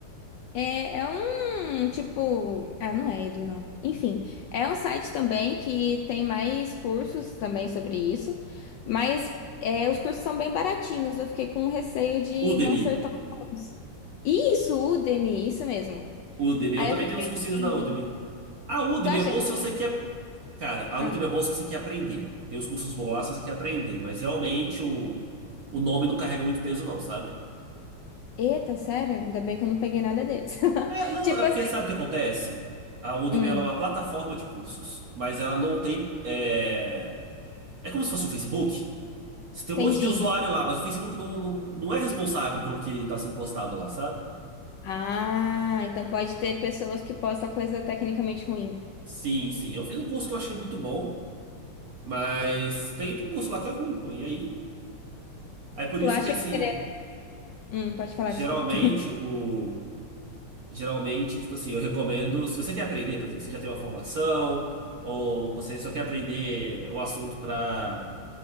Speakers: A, on the left (about 75°); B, on the right (about 60°).
A: é, é um tipo. Ah, não é Edu, não. Enfim, é um site também que tem mais cursos também sobre isso, mas é, os cursos são bem baratinhos. Eu fiquei com receio de
B: Udemy.
A: não ser tão bons. Isso, Udemy, isso mesmo.
B: Udemy,
A: Aí
B: eu também
A: eu fiquei.
B: tenho uns cursinhos
A: assim,
B: na Udemy. A Udemy
A: Tu acha
B: é bom
A: que.
B: se você quer. Cara, a
A: Ah,
B: Udemy é bom se você quer aprender. Tem uns cursos bons lá se você quer aprender, mas realmente o, o nome não carrega muito peso, não, sabe?
A: eita, sério? Ainda bem que eu não peguei nada deles. <laughs>
B: É, não,
A: Tipo
B: é porque
A: assim.
B: sabe o que acontece? A Udemy
A: Hum,
B: ela é uma plataforma de cursos, mas ela não tem. É, é como se fosse o Facebook. Você tem
A: entendi.
B: um monte de usuário lá, mas o Facebook não, não, não é responsável pelo que está sendo postado lá, sabe?
A: Ah, então pode ter pessoas que postam coisa tecnicamente ruim.
B: Sim, sim. Eu fiz um curso que eu achei muito bom, mas tem, tem curso lá que é ruim, pô. E aí? É por
A: Tu
B: isso
A: acha
B: que, assim,
A: que seria. Hum, pode falar,
B: geralmente
A: desculpa.
B: o. Geralmente, tipo assim, eu recomendo, se você quer aprender, por exemplo, você já tem uma formação, ou você só quer aprender o assunto para